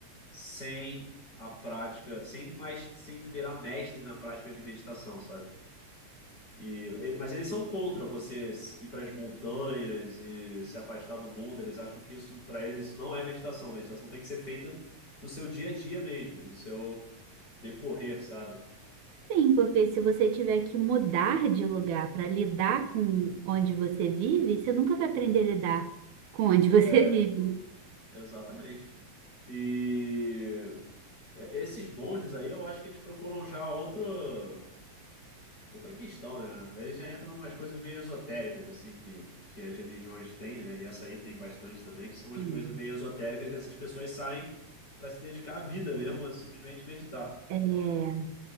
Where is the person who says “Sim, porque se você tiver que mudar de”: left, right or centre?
Right